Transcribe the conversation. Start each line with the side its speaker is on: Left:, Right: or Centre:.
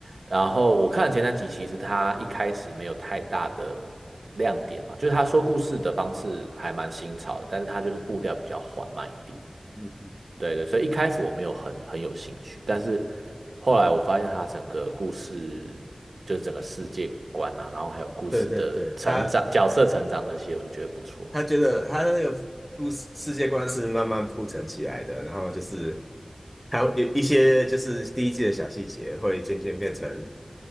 Right: 然后我看了前三集，其实他一开始没有太大的亮点嘛，就是他说故事的方式还蛮新潮的，但是他就是步调比较缓慢一点。
Centre: 嗯，
Right: 对对，所以一开始我没有很很有兴趣，但是后来我发现他整个故事就是整个世界观啊，然后还有故事的成长、
Centre: 对对对，他
Right: 角色成长那些，我就觉得不错。
Centre: 他觉得他的那个故事世界观是慢慢铺陈起来的，然后就是他有一些就是第一季的小细节会渐渐变成